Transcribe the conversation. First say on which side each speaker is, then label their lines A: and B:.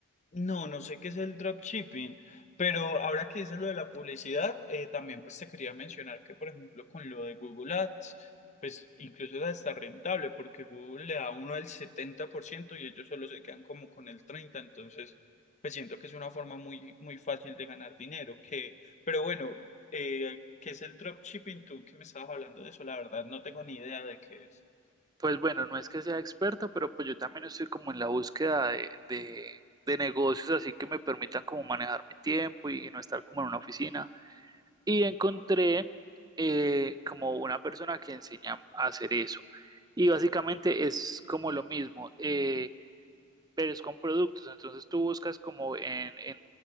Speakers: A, on the left (about 35°); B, on the right (about 20°).
A: No, no sé qué es el dropshipping, pero ahora que dices lo de la publicidad, eh, también pues te quería mencionar que, por ejemplo, con lo de Google Ads, pues incluso es hasta rentable, porque Google le da a uno el 70% y ellos solo se quedan como con el 30%, entonces pues siento que es una forma muy, muy fácil de ganar dinero, que, pero bueno, eh, ¿qué es el dropshipping? Tú que me estabas hablando de eso, la verdad no tengo ni idea de qué es.
B: Pues bueno, no es que sea experto, pero pues yo también estoy como en la búsqueda de, de- de negocios así que me permitan como manejar mi tiempo y, y no estar como en una oficina. Y encontré eh, como una persona que enseña a hacer eso. Y básicamente es como lo mismo, eh, pero es con productos. Entonces tú buscas como en, en,